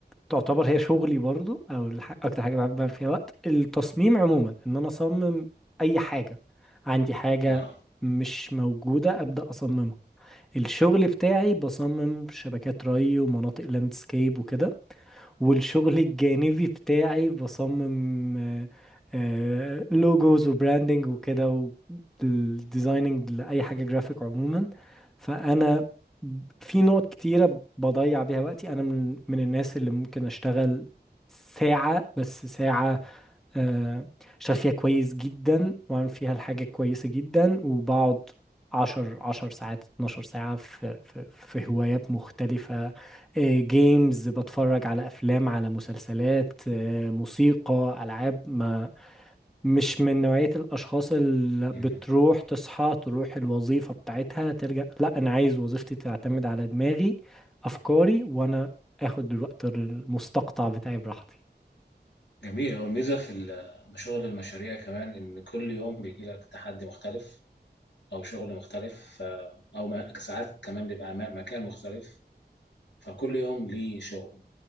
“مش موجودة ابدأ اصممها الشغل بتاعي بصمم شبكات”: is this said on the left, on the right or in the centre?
Centre